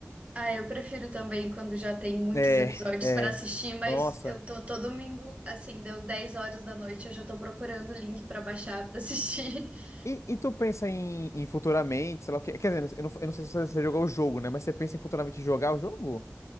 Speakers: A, on the right (about 25°); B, on the left (about 85°).
A: Ah, eu prefiro também quando já tem muitos
B: É,
A: episódios
B: é.
A: para assistir, mas
B: Nossa.
A: eu tô todo domingo, assim, deu 10 horas da noite, eu já tô procurando o link para baixar para assistir. <laughs>
B: E, e tu pensa em, em futuramente, sei lá o quê? Quer dizer, eu não, eu não sei se você jogou o jogo, né? Mas você pensa em futuramente jogar o jogo?